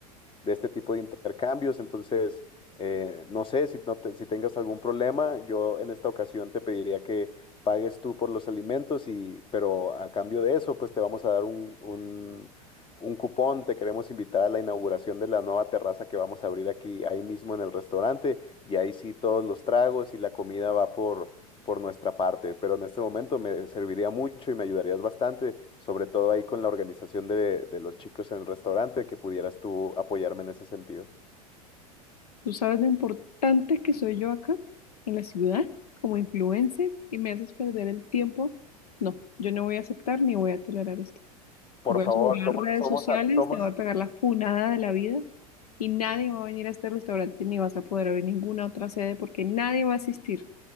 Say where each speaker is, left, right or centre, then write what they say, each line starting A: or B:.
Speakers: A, on the left (about 25°); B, on the left (about 75°).
A: de este tipo de intercambios. Entonces, eh, no sé si, no te- si tengas algún problema, yo en esta ocasión te pediría que pagues tú por los alimentos, y, pero a cambio de eso, pues te vamos a dar un, un, un cupón, te queremos invitar a la inauguración de la nueva terraza que vamos a abrir aquí, ahí mismo en el restaurante, y ahí sí todos los tragos y la comida va por, por nuestra parte, pero en este momento me serviría mucho y me ayudarías bastante, sobre todo ahí con la organización de, de los chicos en el restaurante, que pudieras tú apoyarme en ese sentido.
B: ¿Tú sabes lo importante que soy yo acá en la ciudad como influencer y me haces perder el tiempo? No, yo no voy a aceptar ni voy a tolerar esto.
A: Por
B: Voy
A: favor,
B: a subir
A: somos,
B: las redes sociales,
A: somos, somos,
B: te voy a pegar la funada de la vida y nadie va a venir a este restaurante ni vas a poder abrir ninguna otra sede porque nadie va a asistir.